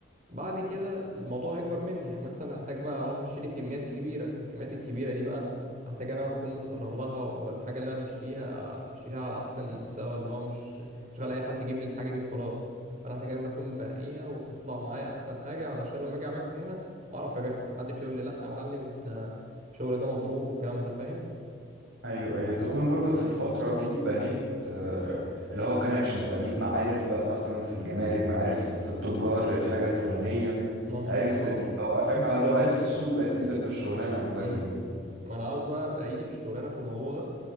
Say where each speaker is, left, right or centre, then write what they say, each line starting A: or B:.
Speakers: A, on the right; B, on the right.
A: بعد كده الموضوع هيكبر مني يعني مثلا هحتاج بقى اروح اشتري كميات كبيره الكميات الكبيره دي بقى هحتاج انا اكون متفرغ لها والحاجه اللي انا بشتريها اشتريها على احسن مستوى اللي هو مش مش غالي اي حد يجيب لي الحاجه دي وخلاص فانا هحتاج انا اللي اكون بنقيها وبتطلع معايا احسن حاجه علشان لما اجي ابيعها هنا اعرف ابيعها محدش يقول لي لا يا معلم انت الشغل ده مضروب والكلام ده فاهم
B: ايوه ايوه تكون برضو في الفترة دي بنيت آه، اللي هو كونكشنز بقى ليك معارف بقى مثلا في الجمارك معارف في التجار للحاجة الفلانية
A: مظبوط
B: عرفت
A: اه
B: اللي هو فاهم لو عرفت السوق بقت ايدك في الشغلانة بالبلدي
A: امم
B: كده
A: ما انا عاوز بقى ابقى ايدي في الشغلانه في الموضوع ده